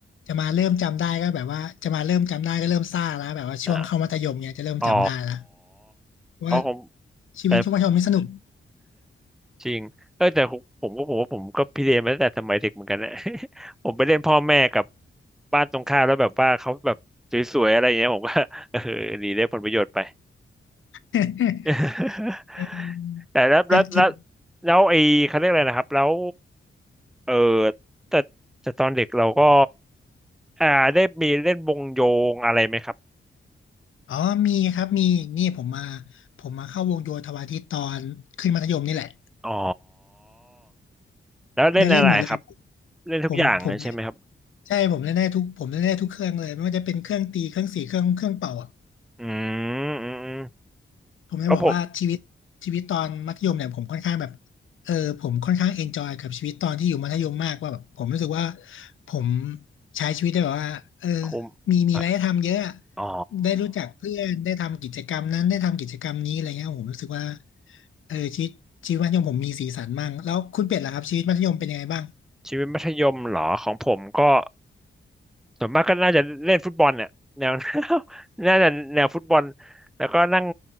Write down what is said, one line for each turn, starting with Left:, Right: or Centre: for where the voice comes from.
Left: จะมาเริ่มจำได้ก็แบบว่าจะมาเริ่มจำได้ก็เริ่มซ่าแล้วแบบว่าช่วงเข้ามัธยมเนี่ยจะเริ่มจำได้แล้ว
Centre: ออ๋อเพราะผม
Left: ว่าชีวิตช่วงมัธยมนี่สนุก
Centre: แต่จริงเออแต่ผมผมก็ผมว่าผมก็พิเรนมาตั้งแต่สมัยเด็กเหมือนกันนะ <laughs> ผมไปเล่นพ่อแม่กับบ้านตรงข้ามแล้วแบบว่าเขาแบบสวยๆอะไรอย่างเงี้ยผมก็ <laughs> เออหนีได้ผลประโยชน์ไป
Left: <laughs>
Centre: <laughs>
Left: เออก็จริง
Centre: แต่แล้วแล้วแล้วแล้วไอ้เขาเรียกอะไรนะครับแล้วเออแต่แต่ตอนเด็กเราก็อ่าได้มีเล่นวงโยงอะไรไหมครับ
Left: อ๋อมีครับมีนี่ผมมาผมมาเข้าวงโยธวาทิตตอนขึ้นมัธยมนี่แหละ
Centre: อ๋อแล้วเล่นอะไรครับ
Left: ได้เล่นหมดเลยผม
Centre: เล่นทุกอย่างเลยใช่ไหมครับ
Left: ผมผมเล่นใช่ผมเล่นได้ทุกผมเล่นได้ทุกเครื่องเลยไม่ว่าจะเป็นเครื่องตีเครื่องสีเครื่องเครื่องเป่า
Centre: อืมอืมอืม
Left: ผมจะบอกว่าชีวิตชีวิตตอนมัธยมเนี่ยผมค่อนข้างแบบ
Centre: ก็ผม
Left: เออผมค่อนข้างเอนจอยกับชีวิตตอนที่อยู่มัธยมมากว่าแบบผมรู้สึกว่าผมใช้ชีวิตได้แบบว่าเออ
Centre: ผม
Left: มีมีอะไรให้ทำเยอะอะ
Centre: อะอ๋อ
Left: ได้รู้จักเพื่อนได้ทำกิจกรรมนั้นได้ทำกิจกรรมนี้อะไรเงี้ยผมรู้สึกว่าเออชีวิตชีวิตมัธยมผมมีสีสันมากแล้วคุณเป็ดล่ะครับชีวิตมัธยมเป็นยังไงบ้าง
Centre: ชีวิตมัธยมเหรอของผมก็ส่วนมากก็น่าจะเล่นฟุตบอลเนี่ยแนว <laughs> น่าจะแนวฟุตบอลแล้วก็นั่ง